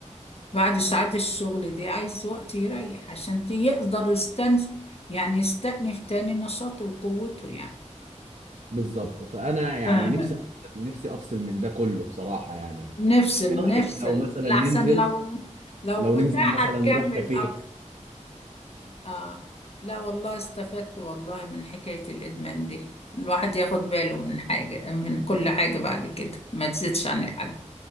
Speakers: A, on the left; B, on the right.
A: بعد ساعات الشغل دي عايز وقت يريح عشان ت- يقدر يستنف يعني يستأنف تاني نشاطه وقوته يعني
B: بالظبط فانا يعني
A: تمام
B: نفسي أفصل- نفسي افصل من ده كله بصراحه يعني
A: نفصل
B: ايه رايك
A: نفصل
B: لو مثلا
A: لأحسن
B: ننزل
A: لو لو
B: لو
A: بتاع
B: ننزل مثلا
A: هتكمل
B: نروح كافيه
A: اكتر اه لا والله استفدت والله من حكاية الإدمان دي الواحد ياخد باله من حاجة من كل حاجة بعد كده ما تزيدش عن الحد